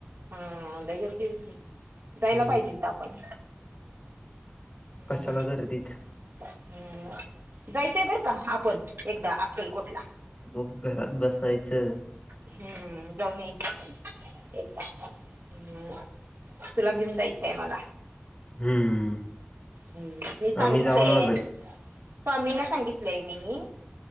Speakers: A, on the right; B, on the left.
A: हम्म. लई गर्दी होती.
B: हम्म.
A: जायला पाहिजे हुतं आपण. हम्म.
B: कशाला गर्दीत
A: हम्म. जायचंय बरं का आपण, एकदा अक्कलकोटला
B: गप घरात बसायचं
A: हम्म जाऊन यायचं पण. एकदा हम्म. तुला घेऊन जायचंय मला
B: हम्म.
A: हम्म, मी सांगितलंय.
B: आम्ही जाऊन आलोय.
A: स्वामींना सांगितलंय मी